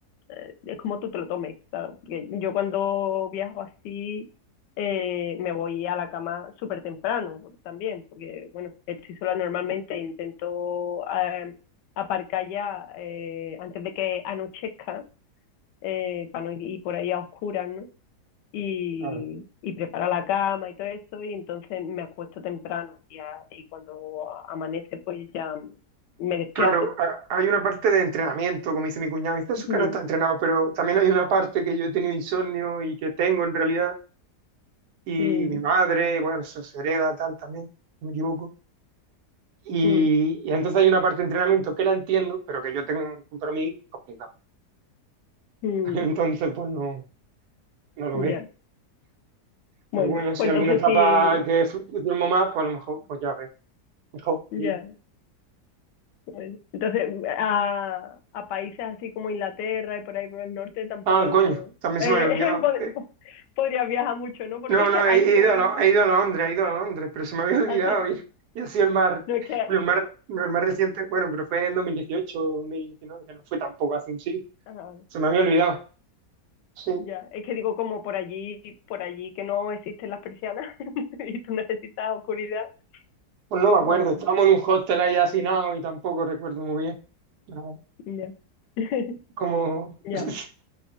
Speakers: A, on the left (about 90°); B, on the right (about 75°).
A: eh, es como tú te lo tomes, claro. Porque yo cuando viajo así eh, me voy a la cama súper temprano por- también, porque bueno, estoy sola normalmente, intento eh, aparcar ya eh, antes de que anochezca, eh, para no ir por ahí a oscuras, ¿no? y,
B: claro,
A: y prepara la cama y todo eso, y entonces me acuesto temprano y, a- y cuando amanece pues ya me despierto.
B: Claro, ha- hay una parte de entrenamiento, como dice mi cuñado, dice eso que
A: Mm,
B: no está entrenado, pero también hay una parte que yo he tenido insomnio y que tengo en realidad, y
A: mm,
B: mi madre, bueno, eso se hereda tal también, si no me equivoco. Y,
A: mm,
B: y entonces hay una parte de entrenamiento que la entiendo, pero que yo tengo para mí complicado.
A: mm,
B: <laughs> Entonces, pues no, no lo
A: mm,
B: veo.
A: ya,
B: Pero
A: bueno,
B: bueno, si
A: pues
B: alguna
A: entonces
B: etapa
A: sí,
B: que flu- duermo más, pues a lo mejor, pues ya ves, mejor.
A: ya,
B: digo.
A: bueno. Entonces a, a países así como Inglaterra y por ahí por el norte tampoco
B: Ah, coño, también
A: eh,
B: se me había olvidado.
A: <laughs> pod- po- podrías viajar mucho, ¿no? Porque
B: No,
A: <laughs>
B: no,
A: allí
B: he, he
A: con
B: ido a, Lo- he ido a Londres, he ido a Londres, pero se me había <laughs> olvidado
A: así,
B: y, y ha sido el mar,
A: no es que...
B: bueno, el mar, no, el más reciente, bueno, pero fue en 2018, 2019, que no fue tampoco hace un siglo,
A: ah,
B: se me había olvidado, sí,
A: Ya, es que digo como por allí, por allí que no existen las persianas <laughs> y tú necesitas oscuridad.
B: pues no me acuerdo,
A: o
B: estábamos en un hostel ahí hacinados y tampoco recuerdo muy bien, no,
A: ya, <laughs>
B: como,
A: ya.
B: <laughs>